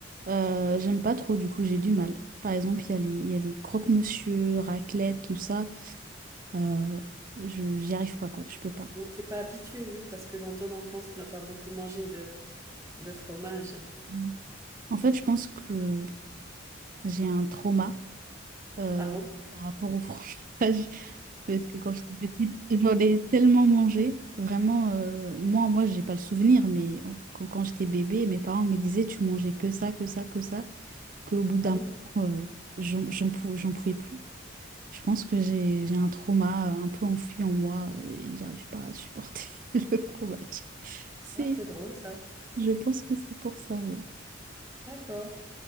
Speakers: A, on the right; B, on the right.
A: euh, j'aime pas trop, du coup, j'ai du mal. Par exemple, il y a les, il y a les croque-monsieur, raclette, tout ça. euh, je, j'y arrive pas, quoi, je peux pas.
B: Ouais, t'es pas habitué, oui, parce que dans ton enfance, tu n'as pas beaucoup mangé de, de fromage.
A: Mm. En fait, je pense que j'ai un trauma euh,
B: Ah bon?
A: par rapport au fromage. <laughs> Parce que quand j'étais petite, j'en ai tellement mangé. Vraiment, euh, moi, moi, j'ai pas le souvenir, mais en- quand, quand j'étais bébé, mes parents me disaient, tu mangeais que ça, que ça, que ça. qu'au bout d'un
B: Ah oui?
A: moment, euh, j'en j'en pou- j'en pouvais plus. Je pense que j'ai j'ai un trauma euh, un peu enfui en moi euh, et j'arrive pas à supporter <laughs> le fromage. C'est,
B: Ah, c'est drôle, ça.
A: je pense que c'est pour ça, ouais.
B: D'accord.